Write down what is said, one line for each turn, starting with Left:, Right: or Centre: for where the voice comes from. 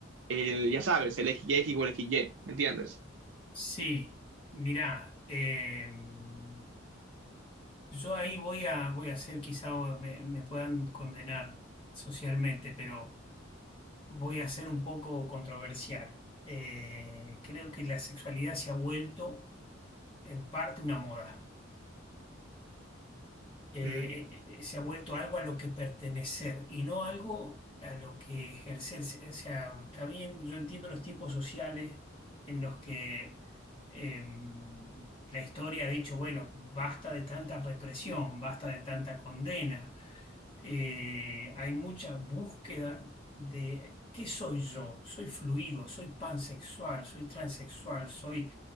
Right: el, ya sabes, el x y igual a XY, ¿me entiendes?
Left: sí. Mirá, em, yo ahí voy a, voy a hacer, quizá me, me puedan condenar socialmente, pero voy a ser un poco controversial. Eh, creo que la sexualidad se ha vuelto en parte una moda. eh,
Right: Mm,
Left: eh, se ha vuelto algo a lo que pertenecer y no algo a lo que ejercer. O sea, está bien, yo entiendo los tiempos sociales en los que em, la historia ha dicho, bueno, basta de tanta represión, basta de tanta condena. Eh, hay mucha búsqueda de qué soy yo, soy fluido, soy pansexual, soy transexual, soy